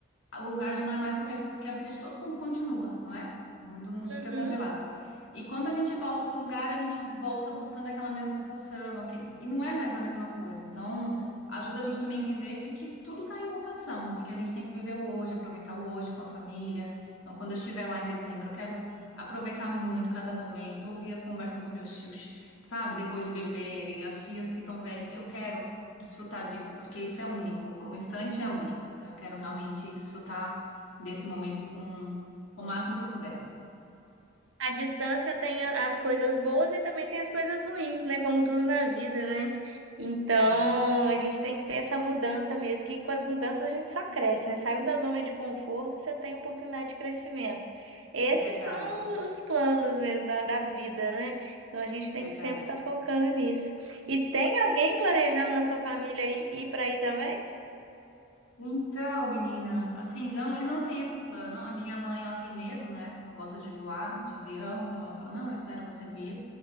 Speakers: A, on the left; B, on the right.
A: o lugar já não é mais o mesmo, porque a vida de todo mundo continua, não é? O mundo não fica
B: Uhum.
A: congelado. E quando a gente volta para o lugar, a gente volta buscando aquela mesma sensação, aquele... e não é mais a mesma coisa. Então, ajuda a gente também a entender de que tudo está em mutação, de que a gente tem que viver o hoje, aproveitar o hoje com a família. Então, quando eu estiver lá em dezembro, eu quero aproveitar muito cada momento, ouvir as conversas dos meus tios, sabe? Depois de beberem, as tias que estão velhinhas, eu quero desfrutar disso, porque isso é único, o instante é único. Então, eu quero realmente desfrutar desse momento com, com o máximo que eu puder.
B: A distância tem a- as coisas boas e também tem as coisas ruins, né? Como tudo na vida, né? Então,
A: Exato,
B: a gente tem que ter essa mudança mesmo, que com as mudanças a gente só cresce, né? Saiu da zona de conforto, você tem oportunidade de crescimento. Esses
A: verdade,
B: são os planos mesmo da, da vida, né? Então, a gente
A: verdade.
B: tem que sempre estar focando nisso. E tem alguém planejando na sua família ir, ir para aí também?
A: Então, menina, assim, não, eles não têm esse plano. A minha mãe, ela tem medo, né? Não gosta de voar de avião, então ela fala: "Não, eu espero você vir".